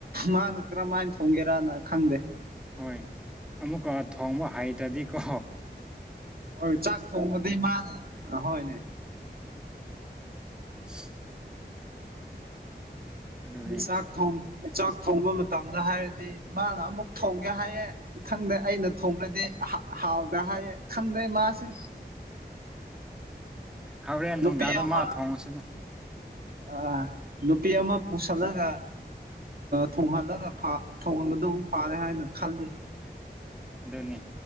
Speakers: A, on the right; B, in the centre.
A: ꯃꯥꯅ ꯀꯔꯝꯍꯥꯏꯅ ꯊꯣꯡꯒꯦꯔꯅ ꯈꯪꯗꯦ
B: ꯍꯣꯏ ꯑꯃꯨꯛꯀ ꯊꯣꯡꯕ ꯍꯩꯗ꯭ꯔꯗꯤꯀꯣ
A: ꯍꯣꯏ ꯆꯥꯛ ꯊꯣꯡꯕꯗꯤ ꯃꯥꯅꯦ ꯑꯍꯣꯏꯅꯦ
B: <inaudible> ꯑꯗꯨꯅꯤ
A: ꯆꯥꯛ ꯊꯣꯡ ꯆꯥꯛ ꯊꯣꯡꯕ ꯃꯇꯝ ꯃꯇꯝꯅ ꯍꯥꯏꯔꯗꯤ ꯃꯥꯅ ꯑꯃꯨꯛ ꯊꯣꯡꯒꯦ ꯍꯥꯏꯌꯦꯦ ꯈꯪꯗꯦ ꯑꯩꯅ ꯊꯣꯡꯡꯂꯗꯤ ꯍꯥꯎꯒꯦ ꯍꯥꯏ ꯈꯪꯗ ꯃꯥꯥꯁꯦ
B: ꯍꯣꯔꯦꯟ ꯅꯨꯡꯗꯥꯡꯗꯣ
A: ꯅꯨꯄꯤ ꯑꯃ
B: ꯃꯥ ꯊꯣꯡꯉꯨꯁꯤꯅ
A: ꯑ ꯅꯨꯄꯤ ꯑꯃ ꯄꯨꯁꯤꯜꯂꯒ ꯊꯣꯡꯍꯜꯂꯒ ꯊꯟꯕ ꯐꯥꯔꯦ ꯍꯥꯏꯅ ꯈꯜꯂꯤ
B: ꯑꯗꯨꯅꯤ